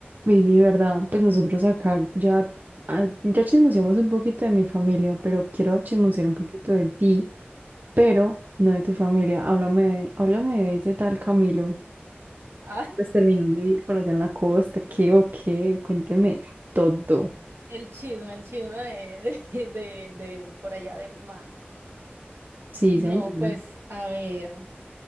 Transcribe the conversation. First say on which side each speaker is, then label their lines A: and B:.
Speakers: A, on the right; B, on the right.
A: Baby, ¿verdad? Pues nosotros acá ya, ah, ya chismoseamos un poquito de mi familia, pero quiero chismosear un poquito de ti, pero no de tu familia. Háblame de, háblame de ese tal Camilo.
B: Ah,
A: Pues terminó de ir por allá en la costa, ¿qué o qué? Cuénteme todo.
B: el chisme, el chisme de, <laughs> de, de, de por allá del mar.
A: Sí,
B: No,
A: señora.
B: pues, a ver, o